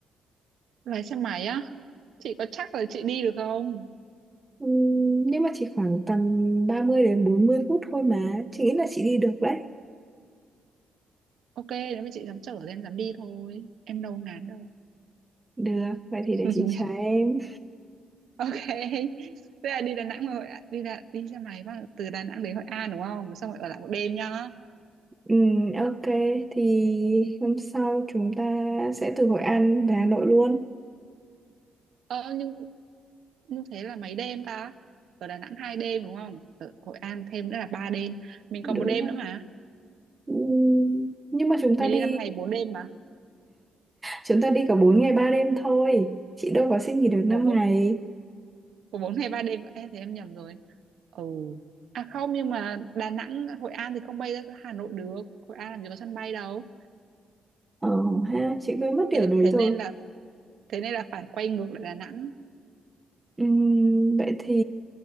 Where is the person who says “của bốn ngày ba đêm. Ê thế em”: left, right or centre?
Right